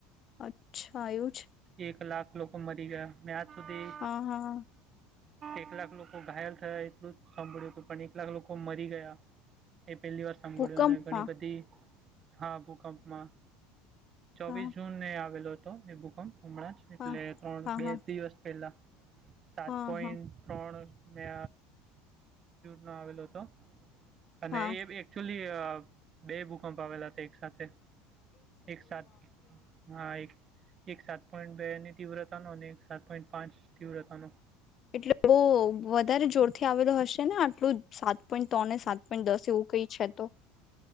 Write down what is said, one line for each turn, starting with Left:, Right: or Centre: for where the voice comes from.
Left: અચ્છા, એું
Right: એક લાખ લોકો મરી ગયા. મેં આજ સુધી
Left: હા હા
Right: એક લાખ લોકો ઘાયલ થયા એટલું જ સાંભળ્યું હતું પણ એક લાખ લોકો મરી ગયા. એ પહેલી વાર સાંભળ્યું
Left: ભૂકંપમાં
Right: અને ઘણી બધી, હા ભૂકંપમાં ચોવીસ
Left: હા
Right: જૂનને આવેલો હતો એ ભૂકંપ હમણાં જ એટલે
Left: હા
Right: ત્રણ
Left: હા
Right: બે
Left: હા
Right: દિવસ પહેલા. સાત
Left: હા
Right: પોઈન્ટ
Left: હા
Right: ત્રણ મે ન આવેલો હતો અને
Left: હા
Right: એ એકચુલી બે ભૂકંપ આવેલા હતા એક સાથે એક સાથે, હા એક એક સાત પોઈન્ટ બે ની તીવ્રતા ન અને એક સાત પોઈન્ટ પાંચ, તીવ્રતા ન
Left: એટલે બહ વધારે જોરથી આવેલો હશે ને આટલું જ સાત પોઈન્ટ ત્રણ ને સાત પોઈન્ટ દસ એવું કઈ છે તો